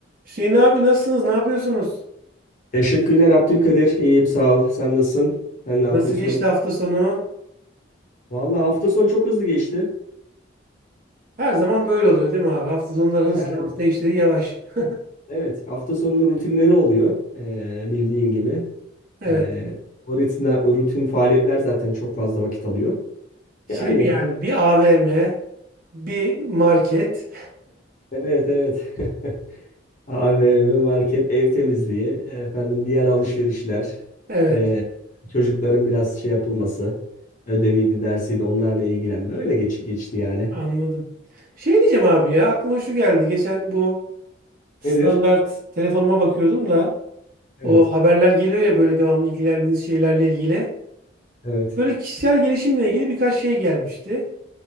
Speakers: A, on the right; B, on the left.
A: Hüseyin abi nasılsınız? Ne yapıyorsunuz?
B: Teşekkürler Abdülkadir. İyiyim sağ ol. Sen nasılsın? Sen ne yapıyorsun?
A: Nasıl geçti hafta sonu?
B: Vallahi hafta sonu çok hızlı geçti.
A: Her zaman böyle oluyor değil mi abi? Hafta sonları hızlı,
B: Yani
A: hafta içleri yavaş. <laughs>
B: evet hafta sonunun rutinleri oluyor. Ee, bildiğin gibi.
A: Evet.
B: Ee, o rutinler, o rutin faaliyetler zaten çok fazla vakit alıyor.
A: Şey
B: Yani
A: mi yani bir AVM, bir market.
B: evet evet. <laughs> AVM, market, ev temizliği, efendim diğer alışverişler,
A: <laughs> Evet,
B: ee, çocukların biraz şey yapılması, ödeviydi, dersiydi onlarla ilgilenme. Öyle geç, geçti yani.
A: anladım. Şey diyeceğim abi ya aklıma şu geldi. Geçen bu standart
B: Nedir?
A: telefonuma bakıyordum da
B: Evet,
A: o haberler geliyor ya böyle devamlı ilgilendiğiniz şeylerle ilgili.
B: evet.
A: Böyle kişisel gelişimle ilgili birkaç şey gelmişti.